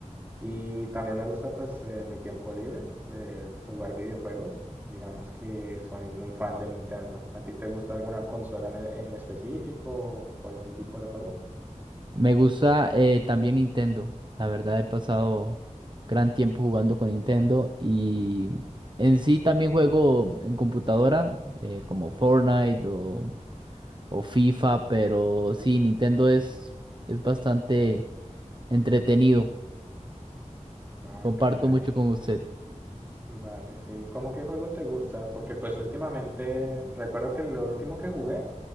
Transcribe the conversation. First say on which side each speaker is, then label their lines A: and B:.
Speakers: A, on the right; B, on the right.
A: Y también me gusta pues en mi tiempo libre eh, jugar videojuegos. Digamos que soy muy fan de Nintendo. ¿A ti te gusta alguna consola en, en específico o algún tipo de juego?
B: Me gusta eh, también Nintendo. La verdad he pasado gran tiempo jugando con Nintendo y en sí también juego en computadora eh, como Fortnite o, o FIFA, pero sí, Nintendo es, es bastante entretenido.
A: Ah,
B: Comparto
A: que vale.
B: mucho con usted.
A: Vale, sí. ¿Cómo qué juego te gusta? Porque pues últimamente recuerdo que lo último que jugué